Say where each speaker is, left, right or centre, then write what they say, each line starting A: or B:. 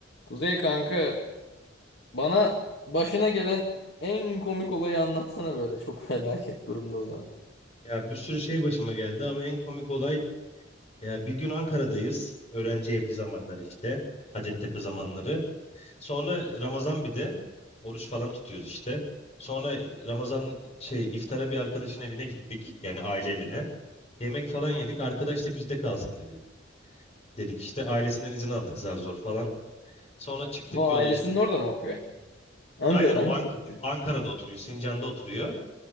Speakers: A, on the left; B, on the left.
A: Kuzey kanka bana başına gelen en komik olayı anlatsana böyle çok <laughs> felaket durumda olanı.
B: Ya bir sürü şey başıma geldi ama en komik olay ya bir gün Ankara'dayız. Öğrenci evli zamanları işte. Hacettepe zamanları. Sonra Ramazan bir de oruç falan tutuyoruz işte. Sonra Ramazan şey iftara bir arkadaşın evine gittik. Yani aile evine. Yemek falan yedik. Arkadaş da bizde kalsın dedi. Dedik işte ailesinden izin aldık zar zor falan. Sonra çıktık
A: Bu
B: yola
A: ailesinin
B: işte.
A: orada mı okuyor? Ankara,
B: Aynen o
A: Ankara'da
B: Ank-
A: bu çocuk.
B: Ankara'da oturuyor. Sincan'da oturuyor.